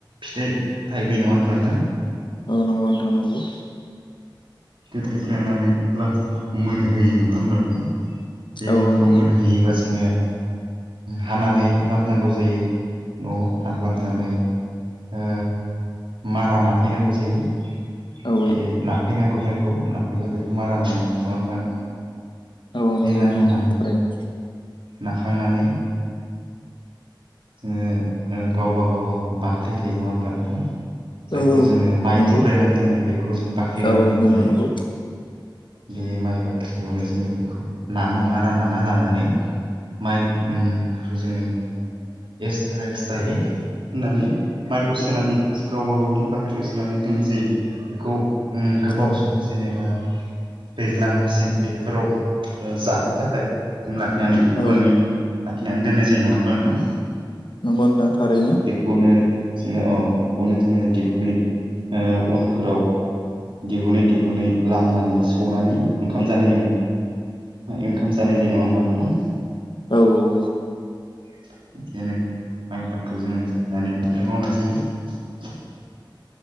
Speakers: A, on the right; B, on the left.
A: फिथाइ थाइबोयो नङा होनब्ला नोंथां।
B: नंगौ औ नंगौ।
A: <unintelligible> दानानै लास्टाव मोनहोयो नङा होमब्ला नोंथां बे
B: औ
A: माइखौ
B: औ नंगौ
A: मोनहैयोबा जोङो हानानै लाबनांगौ जायो न'वाव हानलाबनानै ओ मारा नाफैनांगौ जायो
B: औ
A: बे नाफैनांगौ माइखौ नाफैबा बेखौ मारा नानाय होननानै बुङो नङा होमबा नोंथां
B: औ नंगौ
A: बे नारा
B: नोंथां
A: नाम
B: नंगौ थारैनो
A: नाखांनानै जोङो गावबा गाव बाख्रि थायो मा होनब्ला नोंथां जायखौ
B: औ औ
A: जोङो माइ
B: नंगौ
A: थुब्रायना दोन्नाय बेखौ जों बाख्रि होनना
B: औ औ
A: बुङो
B: नंगौ
A: नालाय
B: नंगौ
A: बे माइ बाख्रियावनो जोङो बेखौ नान मारा नाना लानानै माइखौ ओ जोङो एक्सट्रा एक्सट्रायै होननानै माइखौ सोनानै गावबा गावनि बाख्रियाव सोनानै दोननाय जायो बेखौ उम गोबाव
B: औ
A: सम जेनेबा दैज्लां मेसें बेफोराव जानो थाखाय जों लाखिनानै गोबाङै
B: औ
A: लाखिनानै दोननाय जायो नङा होनब्ला नोंथां
B: नंगौ नोंथां थारैनो
A: बेखौनो जोङो अ बेखौनो जोङो दिहुनै ओ उनफोराव दिहुनै दिहुनै लामनानै सौनानै ओंखाम जानाय ओंखाम जानाय जे नङा होमबा नोंथां
B: औ औ औ
A: <unintelligible> माइ आबादखौ जोङो <inaudible> बिदिहाय मावनाय जायो।